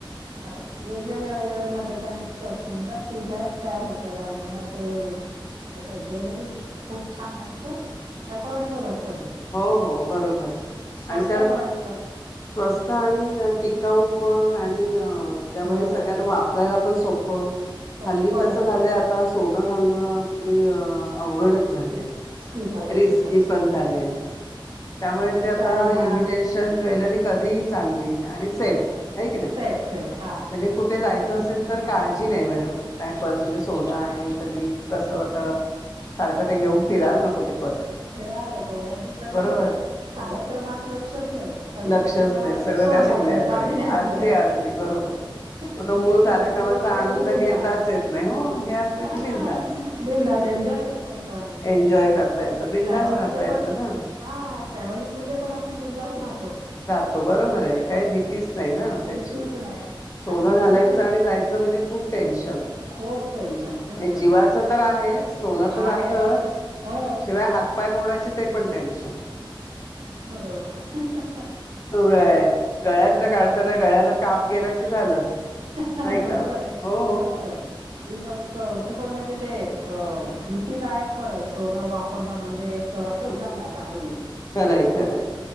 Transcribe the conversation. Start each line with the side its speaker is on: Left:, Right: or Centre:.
Right: अस वेगवेगळे वेगळे मग त्याच्यान इतकं सुंदर डिझाईन तयार होत आणि मग ते आता ज्वेलरी खूप छान आहे खुप एफॉर्डेबलच
Left: हो हो बरोबर
Right: स्वस्त
Left: आणि?
Right: पण असतं
Left: स्वस्त आणि टिकतात. काऊ पण आणि अ त्यामुळे
Right: हो
Left: सगळ्यांना
Right: हो हो
Left: वापरायला पण सोप
Right: सोपं
Left: हल्ली कसं
Right: जातं
Left: झालंय सोनं नाणं गल <unintelligible> अवघडच झालंय
Right: झाले
Left: रिस्की
Right: खूपच.
Left: पण झालंय त्यामुळे
Right: त्यापेक्षा
Left: ते आता
Right: ह्या
Left: इमिटेशन ज्वेलरी कधीही चांगली. आणि सेफ. आहे की नाही
Right: सेफ सेफ हा
Left: म्हणजे कुठे जायचं असेल तर काळजी जी नाही म्हणून पर्स मध्ये सोनं आहे तर मी कसं आता सारखं ते घेऊन फिरायला नको ते पर्स
Right: खेळालकजे <unintelligible> सगळ
Left: बरोबर
Right: म्हणजे कार्यक्रमात लक्षच नाही. सगळ
Left: लक्षच
Right: लक्षात त्या
Left: नाही सगळं
Right: सोन्याकडे
Left: त्या
Right: दागिण्यानंकडे
Left: अगदी अगदी बरोबर मग
Right: इमिटेशन
Left: तो मूळ कार्यक्रमाचा
Right: ज्वेलरी वापरले
Left: आनंद
Right: की बिंधास्त
Left: घेताच येत नाही हो हे असलं
Right: हा
Left: की बिंदास
Right: बिंधास्त एन्जॉय करता येत आणि.
Left: एन्जॉय करता येतं बिंदास
Right: ट्रॅव्हल
Left: राहता
Right: मध्ये
Left: येतं
Right: पण
Left: ना
Right: हा ट्रॅव्हलिंग मध्ये पण आपण बिनधास्त राहतो.
Left: राहतो बरोबर आहे काही भीतीच
Right: अ,
Left: नाही ना त्याची.
Right: भीतीच नाही
Left: सोनं
Right: आणि इमिटेशन
Left: घालायचं आणि जायचं म्हणजे खूप टेन्शन.
Right: खूप टेन्शन खूप टेन्शन
Left: जीवाच तर आहे सोन तर
Right: आहेच
Left: जातच
Right: हो
Left: शिवाय हात पाय मोडायचे ते पण टेन्शन
Right: बरोबर.
Left: होय गळ्यातलं काढताना गळ्याला काप केलं झालं?
Right: बरोबर
Left: नाही का
Right: आहे
Left: हो
Right: खरंच आहे ती पण एक खूपच म्हणजे ते अ भीतीदायक पण आहे सोनं वापरणं म्हणजे? तर असंच
Left: हो
Right: झालंय आता हल्ली.
Left: खरंय खरंय